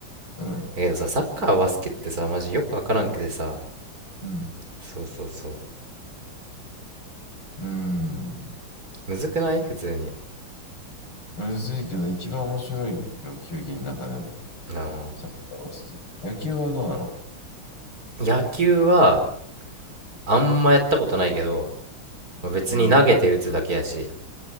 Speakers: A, on the left; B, on the right.
A: うん、
B: けどさサッカーバスケってさマジよくわからんくてさ
A: うん、
B: そうそうそう
A: うん。
B: むずくない普通に
A: うるせえけど、一番面白いよ、球技の中でも。
B: あ
A: サッカーは好き。野球はどうなの
B: ー野球はあんまやったことないけど、まあ、別に投げて打つだけやし
A: うん。